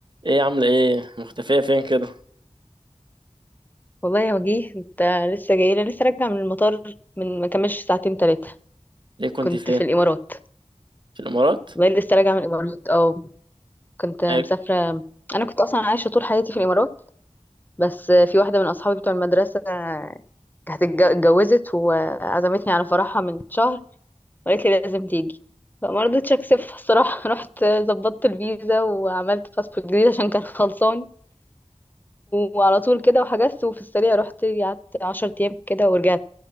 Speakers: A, on the right; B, on the left.
A: ايه عاملة ايه مختفية فين كده
B: والله يا وجيه انت لسه جاي لي لسه راجعه من المطار من ما كملش ساعتين ثلاثه
A: ليه كنت
B: كنت
A: فين
B: في الامارات
A: في الامارات
B: والله لسه راجعه من الامارات او كنت مسافره
A: إيه ك-
B: انا كنت اصلا عايشه طول حياتي في الامارات بس في واحده من اصحابي بتوع المدرسه كانت اتج- اتجوزت وعزمتني على فرحها من شهر وقالت لي لازم تيجي فما رضيتش اكسفها الصراحه <laughs> رحت ظبطت الفيزا وعملت باسبورت جديد عشان كان خلصان وعلى طول كده وحجزت وفي السريع رحت قعدت 10 ايام كده ورجعت